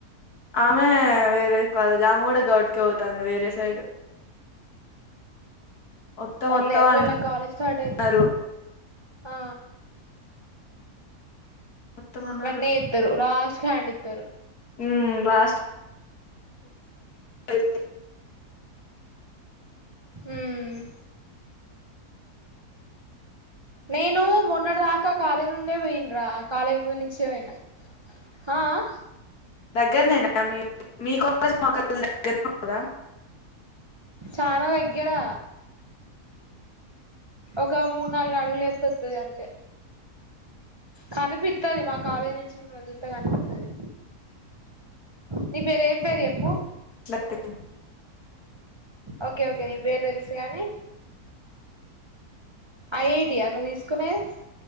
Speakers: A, on the left; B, on the right.
A: ఆమె వేరే కాలజ్ ఆమె కూడా గౌట్కే ఓతాంది వేరే సైడ్ వత్తం
B: సర్
A: వత్తం
B: లే ఒకవేళ కాలేజ్ స్టార్ట్ అయితే
A: అన్నారు
B: ఆ
A: వత్తం అన్నారు
B: వ్రాట్నే ఏతారు లాస్ట్కీ హ్యాండ్ ఇంతరు.
A: ఉమ్ లాస్ట్ <inaudible>
B: ఉహ్మ్ నేను మొన్నడి దాకా కాలే నుండే పోయిన్రా కాలేజ్ ముందు నుంచే పోయినా. హా ఆ
A: దగ్గర నేనా మీ మీ కాలేజ్ మా కాలేజ్ దగ్గరే గా
B: చానా దగ్గరా ఒక మూడు నాలుగు అడుగులు ఏతే వాతది అంతే కనిపిత్తాది. మా కాలేజీ నుంచి మిమ్మల్ని చూత్తే కనిపిత్తాది. నీ పేరు ఏం పేరు ఎప్
A: స్లాటిగ్
B: ఓకే ఓకే నీ పేరు తెలుసు గాని ఐఇటియా నువ్వు తీసుకునేద్